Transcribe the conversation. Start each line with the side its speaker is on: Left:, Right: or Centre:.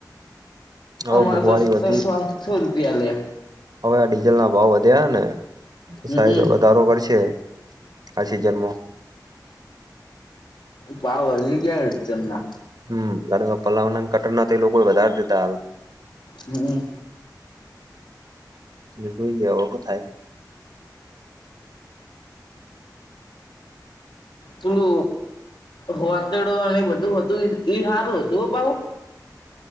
Right: હવે
Left: અમાર
Right: મોંઘવારી
Left: તો સસ્સો-આઠસો
Right: વધી
Left: રૂપિયા લે.
Right: હવે આ ડીઝલના ભાવ વધ્યા હને તો
Left: હમમ
Right: સાયદ દરો વરશે આ સિજન મોં
Left: ભાવ વધી ગ્યા અડચનના
Right: હમ્મ ગાડીના પલાવના ન કટરના તો એ લોકો વધારે દેતાઆલ
Left: હં
Right: હં જોઈએ ઓવે હું થાય
Left: થોડુ હોતળો અને બધું હતું ઇ હારું હતું હો પાહુ